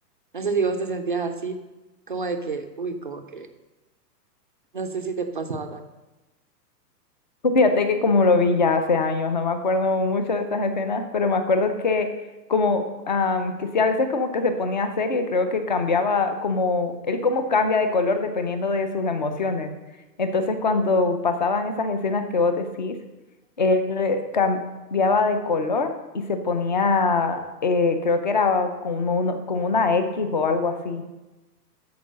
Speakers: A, on the right (about 35°); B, on the left (about 30°).
A: No sé si vos te sentías así, como de que, uy, como que, no sé si te pasaba también.
B: Pues Fíjate que como lo vi ya hace años, no me acuerdo mucho de esas escenas, pero me acuerdo que como am, que sí, a veces como que se ponía serio y creo que cambiaba como, él como cambia de color dependiendo de sus emociones. Entonces cuando pasaban esas escenas que vos decís, él eh, cambiaba de color y se ponía, eh, creo que era como uno, con una X o algo así.